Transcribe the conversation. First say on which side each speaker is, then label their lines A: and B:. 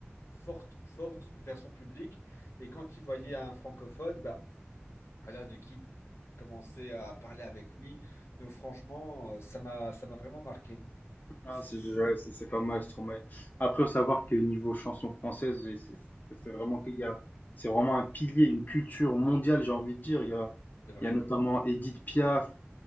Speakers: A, on the left; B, on the left.
A: fort, fort vers son public. Et quand il voyait un francophone, bah, voilà, de qui commencer à parler avec lui. Donc, franchement, euh, ça m'a, ça m'a vraiment marqué.
B: Ah,
A: C'est
B: c'est ouais, c'est- c'est pas mal, Stromae. Après, faut savoir que niveau chanson française, c'est c'est- c'est vraiment qu'il y a, c'est vraiment un pilier, une culture mondiale, j'ai envie de dire. Il y a,
A: vrai.
B: il y a notamment Edith Piaf